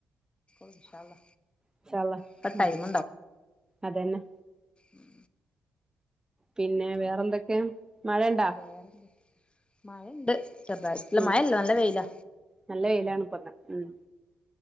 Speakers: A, on the left; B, on the right.
A: ഇൻശാ അള്ളാ
B: ഇൻശാ ള്ളാ
A: ഒക്കെ
B: ഉം
A: ടൈം
B: അതെന്നെ
A: ഉം
B: പിന്നെ വേറെന്തൊക്കെ മഴയുണ്ടാ
A: വേറെണ്ട് മഴണ്ട് <unintelligible>
B: ഉം
A: മഴ ഇല്ല നല്ല വെയില
B: നല്ല വെയിലാണ് ഇപ്പന്ന് ഉം